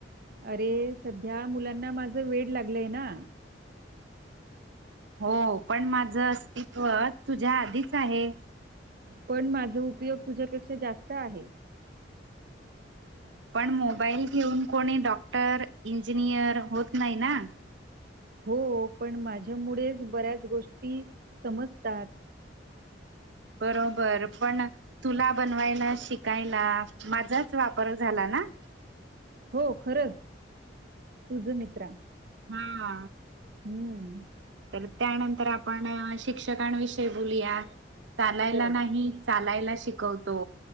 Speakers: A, on the right; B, on the right.
A: अरे, सध्या मुलांना माझ वेड लागलय ना.
B: हो, पण माझ अस्तित्व तुझ्या आधीच आहे.
A: पण माझ उपयोग तुझ्यापेक्षा जास्त आहे.
B: पण, मोबाईल घेऊन कोणी डॉक्टर इंजिनियर होत नाही ना.
A: हो पण माझ्यामुळेच बऱ्याच गोष्टी समजतात.
B: बरोबर पण तुला बनवायला शिकायला माझाच वापर झाला ना.
A: हो खरच, तुझ मित्रा.
B: हा
A: हम्म
B: तर त्यानंतर आपण शिक्षकांविषयी बोलूया. चालायला
A: हो.
B: नाही चालायला शिकवतो.